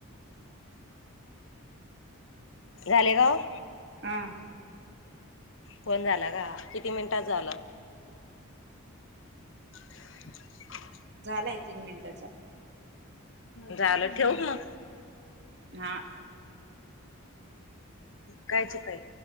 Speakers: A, on the left; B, on the right.
A: झाले गाव
B: आ
A: फोन झाला का किती मिनिटात झाला <inaudible>
B: झालाय तीन मिनिटाचा
A: झाल ठेवू का
B: हा
A: कायची पाय.